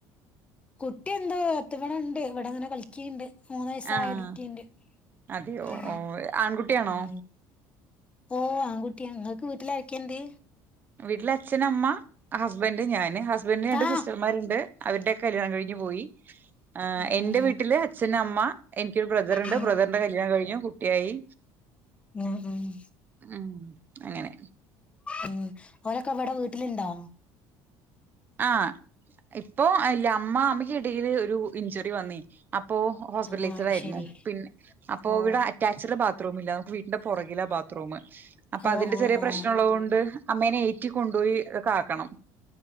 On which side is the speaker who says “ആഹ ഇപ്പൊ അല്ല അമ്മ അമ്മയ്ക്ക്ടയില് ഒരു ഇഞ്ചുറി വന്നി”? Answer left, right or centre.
Right